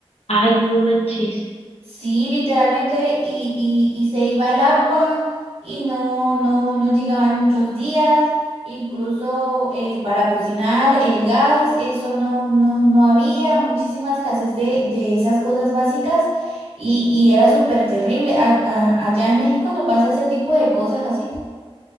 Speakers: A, on the left; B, on the right.
A: Ay, no manches.
B: Sí, literalmente, y, y, y se iba el agua y no, no, no llegaba en muchos días, incluso eh, para cocinar el gas, eso no, no, no había, muchísima escasez de, de esas cosas básicas y, y era súper terrible. A- a- allá en México no pasa ese tipo de cosas así.